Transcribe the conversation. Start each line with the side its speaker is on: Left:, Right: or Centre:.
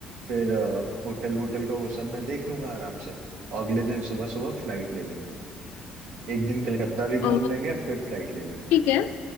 Right: फिर अ, होटल वोटल का वो सब मैं देख लूंगा आराम से अगले दिन सुबह सुबह फ्लाइट ले लेंगे एक दिन कलकत्ता भी घूम
Left: अ,
Right: लेंगे फिर फ्लाइट ले लेंगे
Left: ठीक है